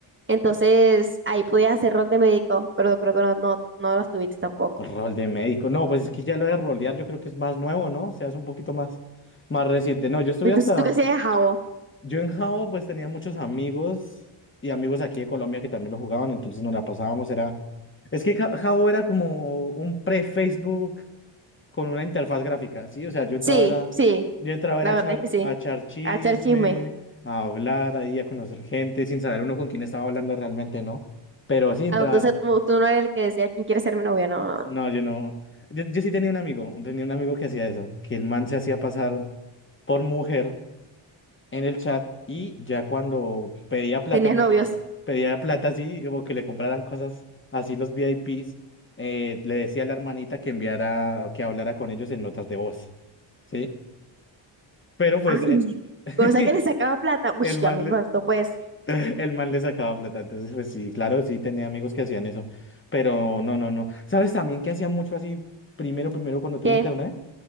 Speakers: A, on the right (about 25°); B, on the left (about 25°).
A: entonces ahí podías hacer rol de médico, pero creo que no, no, no lo estuviste tampoco.
B: rol de médico. No, pues es que ya lo de rolear yo creo que es más nuevo, ¿no? O sea, es un poquito más, más reciente. No, yo estuve
A: Entonces,
B: hasta...
A: ¿tú qué hacías, Javo?
B: Yo en Jao pues tenía muchos amigos y amigos aquí de Colombia que también lo jugaban, entonces nos la pasábamos, era... Es que Ja- Jao era como un pre-Facebook con una interfaz gráfica, ¿sí? O sea, yo entraba
A: Sí,
B: era,
A: sí,
B: yo entraba era
A: la
B: a echar,
A: verdad es que sí,
B: a echar chisme,
A: a echar chisme.
B: a hablar ahí, a conocer gente, sin saber uno con quién estaba hablando realmente, ¿no? Pero sí entraba,
A: Ah, entonces tú, tú no eres el que decía quién quiere ser mi novia, no, no,
B: no,
A: no.
B: yo no, yo, yo sí tenía un amigo, tenía un amigo que hacía eso, que el man se hacía pasar por mujer en el chat y ya cuando pedía plata,
A: Tenías
B: porque
A: novios.
B: pedía plata así, o que le compraran cosas así los VIPs, eh, le decía a la hermanita que enviara, que hablara con ellos en notas de voz, ¿sí? Pero pues
A: Ay,
B: eh, <laughs>
A: cosa que le sacaba plata. Uy,
B: el man
A: ya mismo
B: le,
A: esto pues.
B: <laughs> el man le sacaba plata. Entonces, pues sí, claro, sí tenía amigos que hacían eso. Pero no, no, no. ¿Sabes también que hacía mucho así primero, primero cuando tuve
A: ¿Qué?
B: internet?